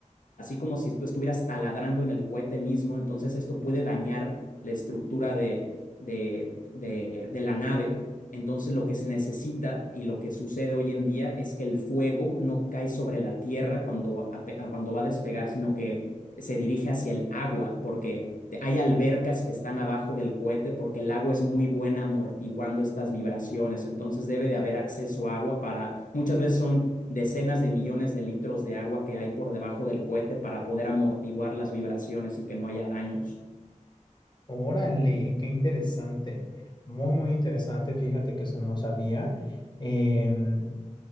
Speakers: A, on the left; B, on the left.
A: así como si tú estuvieras taladrando en el cohete mismo, entonces esto puede dañar la estructura de, de, de- de la nave. Entonces lo que se necesita y lo que sucede hoy en día es que el fuego no cae sobre la tierra cuando, ape- cuando va a despegar, sino que se dirige hacia el agua, porque te- hay albercas que están abajo del cohete, porque el agua es muy buena amortiguando estas vibraciones, entonces debe de haber acceso a agua para, muchas veces son decenas de millones de litros de agua que hay por debajo del cohete para poder amortiguar las vibraciones y que no haya daños.
B: Órale, qué interesante. Muy, muy interesante. Fíjate que eso no sabía. Em,